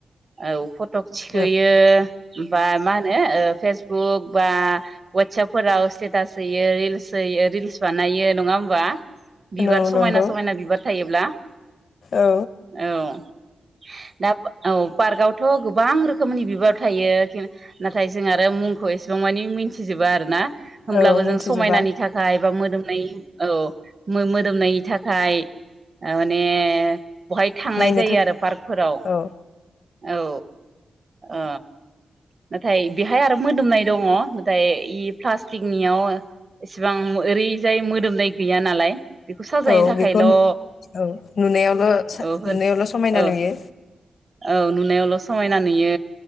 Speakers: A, on the right (about 35°); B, on the left (about 65°).
A: औ फथ टक थिखोयो
B: औ
A: बा मा होनो ओ फेस बा वाटसाबफोराव स्थेतास होयो रिल्स होयो रिल्स बानायो नङा होमबा बिबार
B: औ
A: समायना
B: नंगौ
A: समायना बिबार थायोब्ला
B: औ
A: औ। दा औ पार्कआवथ' गोबां रोखोमनि बिबार थायो खि नाथाय जों आरो मुं खौ एसेबां मानि मिथिजोबा आरो ना होमब्लाबो
B: औ
A: जों
B: मिथिजोबा
A: समायनानि थाखाय बा मोदोमनाय औ मो मोद मोदोमनायनि थाखाय माने बहाय थांनाय
B: नायनो
A: जायो
B: थां
A: आरो पार्कफोराव
B: औ
A: औ अ नाथाय बेहाय आरो मोदोमनाय दङ नाथाय इ प्लास्टिकनियाव एसेबां ओरैजाय मोदोमनाय गैया नालाय बेखौ साजायनो
B: औ
A: थाखायल'
B: बेखौ नु
A: औ
B: औ नुनायावल' सा
A: औ
B: नुनायावल' समायना
A: औ
B: नुयो।
A: औ नुनायावल' समायना नुयो